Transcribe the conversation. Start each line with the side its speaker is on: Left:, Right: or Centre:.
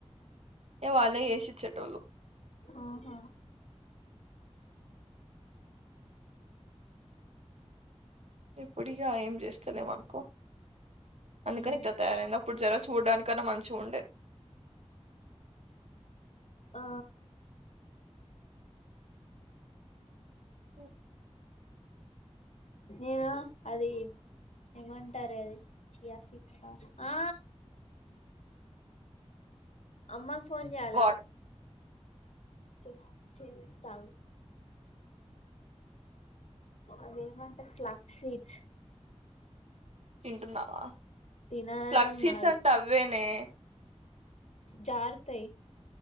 Right: ఏ వాళ్ళే ఏసిచ్చేటోళ్లు.
Left: ఆహా
Right: ఇప్పుడిగా ఏం చేస్తలే మనుకో. అందుకని
Left: మ్
Right: ఇట్లా తయారైంది. అప్పుడు జర చూడడానికన్నా మంచిగా ఉండే.
Left: ఆ
Right: ఉ
Left: ఏ <unintelligible> అది ఏమంటారే అది చియ సీడ్స్ అ ఆ అమ్మాకు ఫోన్ చెయ్యాల.
Right: వాట్
Left: చేస్ చేస్తఆగు అదేమంటారు ఫ్లాక్ సీడ్స్.
Right: తింటున్నావా,
Left: తినడం
Right: ఫ్లక్సీట్స్
Left: కాదు
Right: అంటే అవ్వేనే.
Left: జారుతాయి